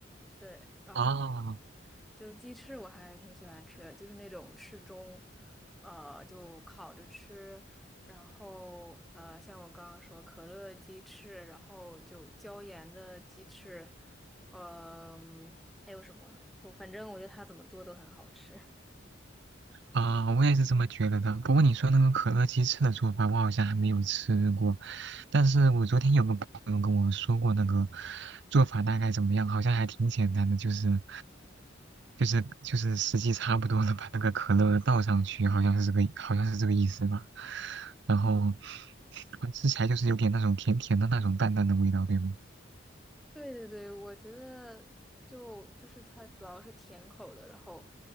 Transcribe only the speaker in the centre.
对，然后
就鸡翅我还挺喜欢吃的，就是那种翅中，呃，就烤着吃，然后呃，像我刚刚说可乐鸡翅，然后就椒盐的鸡翅，呃嗯、还有什么？就反正我觉得它怎么做都很好吃。
对对对，我觉得就就是它主要是甜口的，然后，